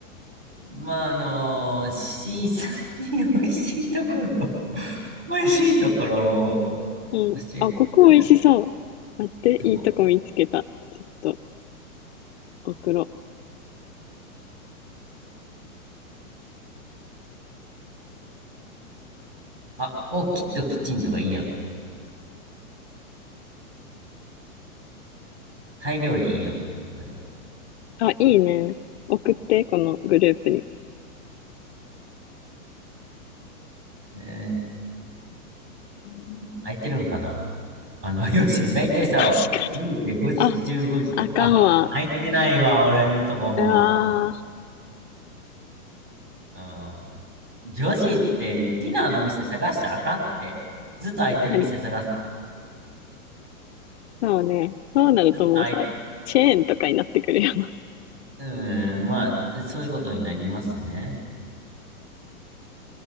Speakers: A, on the right (about 25°); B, on the left (about 50°).
A: まあ、あのー、C さんに美味しいところ、<laughs> 美味しいところ
B: うん。
A: を教えてやる
B: あ、ここ美味しそう。待って、
A: とこ。
B: いいとこ見つけた。ちょっと送ろう。
A: あ、お、きっとキッチンとかいいやん。タイ料理いいやん。これ。
B: あ、いいね。送って、このグループに。
A: えー、
B: うん
A: 空いてるんかなあの、よし、だいたいさ、
B: 確かに。
A: 夜って5時、
B: あ、
A: 15時とか、
B: あかんわ。
A: あ、空いてないわ、俺んとこも。
B: うわー。
A: うん。4時ってディナーの店探したらあかんって。ずっと空いてる店探さん。
B: 何そうね。そうなるともうさ、
A: ずっと空いて、
B: チェーンとかになってくるよな。
A: うん、まあ、そういうことになりますね。